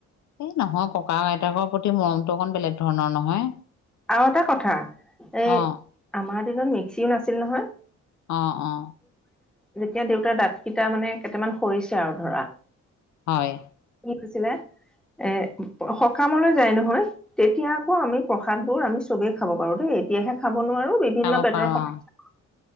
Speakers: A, on the left; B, in the centre.
A: এই নহয় ককা আইতাকৰ প্ৰতি মৰমটো অকন বেলেগ ধৰণৰ নহয়।
B: আৰু এটা কথা এ
A: অ',
B: আমাৰ দিনত মিক্সিও নাছিল নহয়।
A: অ অ
B: যেতিয়া দেউতাৰ দাঁত কেইটা মানে কেইটামান সৰিছে আৰু ধৰা
A: হয়।
B: খুছিলে এ সকামলৈ যায় নহয়। তেতিয়া আকৌ আমি প্ৰসাদবোৰ আমি চবেই খাব পাৰো দেই। এতিয়াহে খাব নোৱাৰো বিভিন্ন
A: খাব
B: পেটৰ
A: পাৰো
B: সমস্যা
A: অ'।